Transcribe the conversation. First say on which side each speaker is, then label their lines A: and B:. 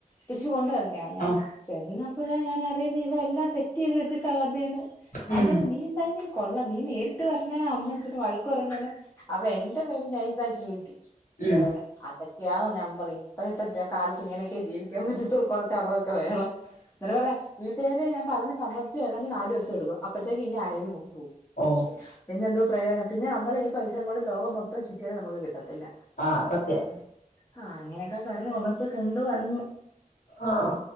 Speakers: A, on the left; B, on the left.
A: തിരിച്ച് കൊണ്ടുവരണ്ടെ അങ്ങനെ
B: ആഹ്
A: ചെന്നപ്പഴാ ഞാൻ അറിയുന്നേ ഇവൻ എല്ലാം സെറ്റ് ചെയ്ത് വെച്ചിട്ടാ വന്നേന്ന് അവൻ
B: ഉം
A: പറഞ്ഞു നീ എന്തായാലും കൊള്ളാം നീ നേരി ട്ട് പർഞ്ഞു അമ്മയ് <unintelligible> വഴക്ക് പറയ്ന്നയ്ന് അവ എന്റെ പേരിൽ നൈസ ആയിട്ട് കറ്റി <unintelligible>
B: ഉം
A: അതക്കെയാ ന്നവൻ പറയ്‌ന്ന് ത്രെ തറീഞാ കാലത്ത് ഇങ്ങനെക്കയ ജീവി ക്യോ ഇങ്ങനത്ത കുറച്ച് അടവൊക്കെ വേണം എന്നിട്ട പറയുവാ വീട്ടുകാര് ഞാൻ പറഞ്ഞ സമ്മതിച്ചു വരണമെങ്കിൽ നാലിവസം എടുക്കും അപ്പഴത്തേക്ക് ഇതിനേ ആരെങ്കില് കൊണ്ട്പോകും
B: ഓഹ്
A: പിന്നെ എന്തോക്ക പ്രയോജനം പിന്നെ നമ്മൾ ഈ പൈസയും കൊണ്ട് ലോകം മൊത്തം ചുറ്റിയാലും നമുക്ക് കിട്ടത്തില്ല.
B: ആഹ് സത്യം
A: ആ അങ്ങനെയൊക്കെ പറഞ്ഞു ഒരുര്ന്നതാ കൊണ്ട് വന്നു.
B: ആഹ്